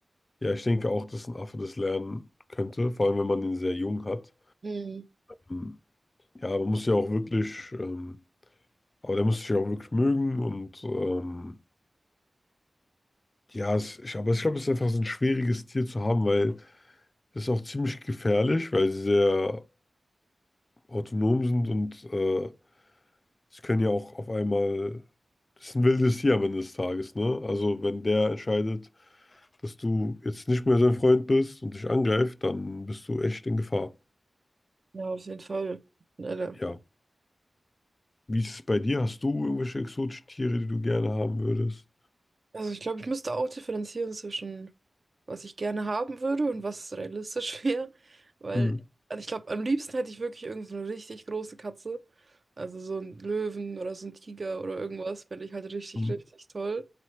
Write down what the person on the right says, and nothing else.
Mhm.
Ja, auf jeden Fall. Ja, da
Also ich glaube, ich müsste auch differenzieren zwischen, was ich gerne haben würde und was realistisch <laughs> wäre. Weil,
also ich glaube, am liebsten hätte ich wirklich irgend so eine richtig große Katze. Also so einen Löwen oder so einen Tiger oder irgendwas, fände ich halt richtig,
richtig toll.